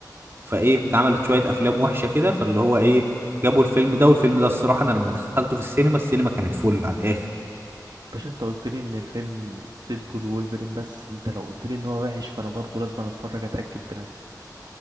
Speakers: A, on the right; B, on the right.
A: فإيه عملت شوية أفلام وحشة كده فاللي هو إيه جابوا الفيلم ده والفيلم ده الصراحة أنا لما دخلته في السينما السينما كانت فل على الآخر
B: باش انت قلت لي ان الفيلم ديدبول وولفرين بس انت لو قلت لي ان هو وحش فانا برضو لازم أنا اتفرج اتاكد بنفسي